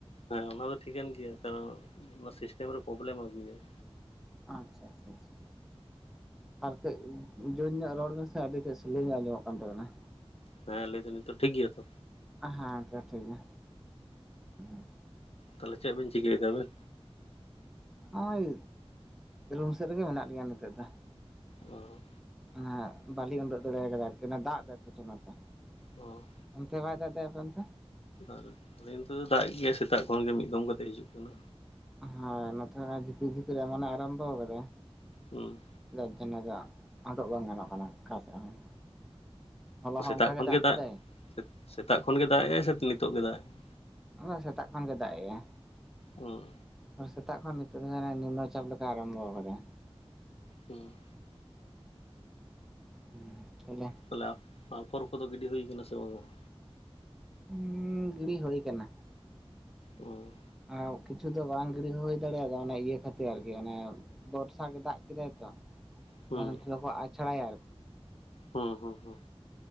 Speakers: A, on the left (about 70°); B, in the centre.
A: ᱦᱮᱸ ᱚᱱᱟ ᱫᱚ ᱴᱷᱤᱠᱟᱹᱱ ᱜᱮᱭᱟ ᱠᱟᱨᱚᱸ ᱚᱱᱟ ᱥᱤᱥᱴᱮᱢ ᱨᱮ ᱯᱚᱵᱞᱮᱢ ᱟᱹᱜᱩᱭᱟᱭ᱾
B: ᱟᱪᱪᱷᱟ ᱪᱷᱟ ᱪᱷᱟ᱾ ᱟᱨ ᱠᱟᱹᱡ ᱡᱳᱨ ᱧᱚᱜ ᱨᱚᱲ ᱵᱤᱱ ᱥᱮ ᱟᱹᱰᱤ ᱠᱟᱹᱡ ᱥᱞᱳ ᱧᱚᱜ ᱟᱸᱡᱚᱢᱚᱜ ᱠᱟᱱ ᱛᱟᱵᱮᱱᱟ᱾
A: ᱦᱮᱸ ᱞᱟᱹᱭ ᱫᱟᱞᱤᱧ ᱱᱤᱛᱚᱜ ᱴᱷᱤᱠ ᱜᱮᱭᱟ ᱛᱚ?
B: ᱟᱦᱮᱸ ᱱᱤᱛᱚᱜ ᱴᱷᱤᱠ ᱜᱮᱭᱟ᱾ ᱩᱸ
A: ᱛᱟᱦᱞᱮ ᱪᱮᱜ ᱵᱤᱱ ᱪᱤᱠᱟᱹᱭᱫᱟ ᱟᱵᱮᱸ?
B: ᱦᱚᱸᱜᱼᱚᱭ ᱨᱩᱢ ᱥᱮᱜ ᱨᱮᱜᱮ ᱢᱮᱱᱟᱜ ᱞᱤᱧᱟᱹ ᱱᱤᱛᱚᱜ ᱫᱚ᱾
A: ᱚ
B: ᱮᱸ ᱵᱟᱹᱞᱤᱧ ᱩᱰᱩᱠ ᱫᱟᱲᱮᱭ ᱠᱟᱫᱟ ᱟᱹᱨᱠᱤ ᱚᱱᱟ ᱫᱟᱜ ᱫᱟᱭ ᱯᱚᱪᱩ ᱱᱚᱛᱮ᱾
A: ᱚ
B: ᱚᱱᱛᱮ ᱵᱟᱭ ᱫᱟᱜ ᱫᱟᱭ ᱟᱯᱮ ᱚᱱᱛᱮ?
A: ᱟᱨ ᱱᱤᱱ ᱛᱮᱫᱚ ᱫᱟᱜᱮᱜ ᱜᱮᱭᱟᱭ ᱥᱮᱛᱟᱜ ᱠᱷᱚᱱ ᱜᱮ ᱢᱤᱫ ᱫᱚᱢ ᱠᱟᱛᱮᱜ ᱦᱤᱡᱩᱜ ᱠᱟᱱᱟ᱾
B: ᱦᱳᱭ ᱱᱚᱛᱮ ᱡᱷᱤᱯᱤᱨ ᱡᱷᱤᱯᱤᱨ ᱮᱢᱚᱱᱮ ᱟᱨᱟᱢᱵᱚᱣ ᱠᱟᱫᱟᱭ
A: ᱦᱩᱸ
B: ᱡᱟᱨ ᱡᱚᱱᱱᱚ ᱫᱚ ᱩᱰᱚᱜ ᱵᱟᱝ ᱜᱟᱱᱚᱜ ᱠᱟᱱᱟ ᱚᱠᱟ ᱥᱮᱜ ᱦᱚᱸ᱾ ᱦᱚᱞᱟ ᱦᱚᱸ
A: ᱥᱮᱛᱟᱜ
B: ᱚᱱᱠᱟ
A: ᱠᱷᱚᱱᱜᱮ
B: ᱜᱮ
A: ᱫᱟᱜ
B: ᱠᱮᱫᱟᱭ
A: ᱥᱮᱼᱥᱮᱛᱟᱜ ᱠᱷᱚᱱ ᱜᱮ ᱫᱟᱜ ᱮᱟᱭ ᱥᱮ ᱱᱤᱛᱚᱜ ᱜᱮ ᱫᱟᱜ ᱮᱟᱭ?
B: ᱦᱚᱸ ᱥᱮᱛᱟᱜ ᱠᱷᱚᱱ ᱜᱮ ᱫᱟᱜ ᱮᱟᱭ᱾
A: ᱦᱩᱸ
B: ᱟᱨ ᱥᱮᱛᱟᱜ ᱠᱷᱚᱱ ᱱᱤᱛᱚᱜ <inaudible> ᱱᱤᱢᱱᱚ ᱪᱟᱯ ᱞᱮᱠᱟᱭ ᱟᱨᱟᱢᱵᱚ ᱠᱟᱫᱟᱭ᱾
A: ᱦᱩᱸ
B: ᱦᱩᱸ ᱟᱫᱚ
A: ᱛᱟᱦᱞᱮ ᱟᱯᱷᱚᱨ ᱠᱚᱫᱚ ᱜᱤᱰᱤ ᱦᱩᱭ ᱠᱟᱱᱟ ᱥᱮ ᱵᱟᱝᱼᱟ?
B: ᱩᱸ ᱜᱤᱲᱤ ᱦᱳᱭ ᱠᱟᱱᱟ᱾
A: ᱚ
B: ᱚᱸ ᱠᱤᱪᱷᱩ ᱫᱚ ᱵᱟᱝ ᱜᱤᱲᱤ ᱦᱩᱭ ᱫᱟᱲᱮᱭᱟᱫᱟ ᱚᱱᱟ ᱤᱭᱟᱹ ᱠᱷᱟᱹᱛᱤᱨ ᱟᱨᱠᱤ ᱚᱱᱮ ᱵᱚᱨᱥᱟ ᱨᱮ ᱫᱟᱜ ᱠᱮᱫᱟᱭ ᱛᱚ <inaudible>
A: ᱦᱩᱸ
B: ᱱᱚᱛᱮ ᱫᱚᱠᱚ ᱟᱪᱷᱲᱟᱭᱟ ᱟᱨ
A: ᱦᱩᱸ ᱦᱩᱸ ᱦᱩᱸ